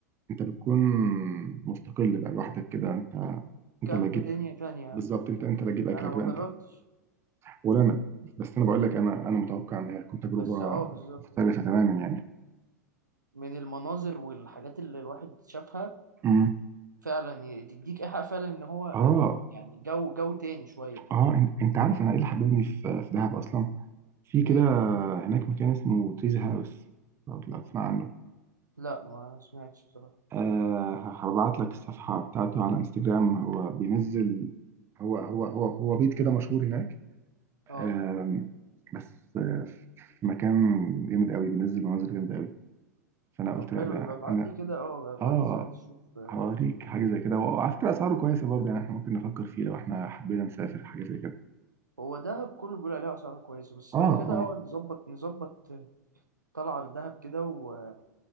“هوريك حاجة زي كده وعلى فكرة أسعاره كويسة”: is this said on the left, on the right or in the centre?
Right